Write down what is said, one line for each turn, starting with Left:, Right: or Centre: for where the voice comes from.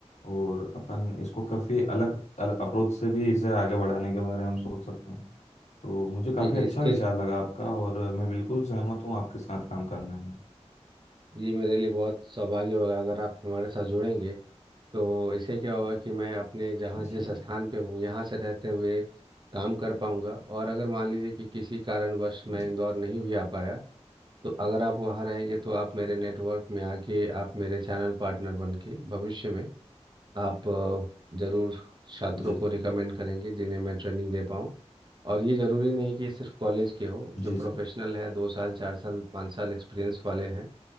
Left: और अपन इसको काफ़ी अलग अप्रोच से भी इसे आगे बढ़ाने के बारे में हम सोच सकते हैं तो मुझे काफ़ी
Right: कि
Left: अच्छा
Right: इसके
Left: विचार लगा आपका और मैं बिल्कुल सहमत हूँ आपके साथ काम करने में
Right: ये मेरे लिए बहुत सौभाग्य होगा अगर आप हमारे साथ जुड़ेंगे तो इससे क्या होगा कि मैं अपने जहाँ जिस
Left: जी
Right: स्थान पे हूँ यहाँ से रहते हुए काम कर पाऊंगा और अगर मान लीजिए कि किसी कारणवश मैं
Left: जी
Right: इंदौर नहीं भी आ पाया तो अगर आप वहाँ रहेंगे तो आप मेरे नेटवर्क में आके आप मेरे चैनल पार्टनर बन के भविष्य में आप अ, जरूर छात्रों
Left: जी
Right: को
Left: जी
Right: रिकमेंड करेंगे जिन्हें मैं ट्रेनिंग दे पाऊँ और ये जरूरी नहीं कि सिर्फ कॉलेज के हो जो
Left: जी
Right: प्रोफेशनल
Left: जी
Right: है दो साल चार साल पाँच साल एक्सपीरियंस वाले हैं